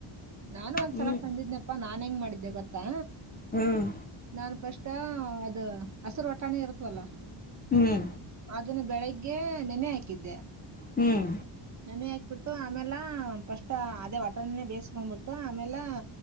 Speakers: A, on the right (about 35°); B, on the left (about 20°).
A: ನಾನು ಒಂದ್ಸಲ
B: ಹ್ಮ್
A: ತಂದಿದನಪ್ಪಾ ನಾ ಹೆಂಗ್ ಮಾಡಿದ್ದೆ ಗೊತ್ತಾ
B: ಹ್ಮ್
A: ನಾನ್ ಫಸ್ಟ್ ಅದು ಹಸಿರು ಒಟ್ಟಾಣಿ ಇರುತವಲ್ಲ
B: ಹ್ಮ್
A: ಅದನ್ನ ಬೆಳಗ್ಗೆ ನೆನೆ ಹಾಕಿದ್ದೆ
B: ಹ್ಮ್
A: ನನೆ ಹಾಕ್ಬಿಟ್ಟು ಆಮೇಲೆ ಫಸ್ಟ್ ಅದೇ ಒಟಣೇ ಬೇಯಸ್ಕೊ್ಬಿಟ್ಟು ಆಮೇಲೆ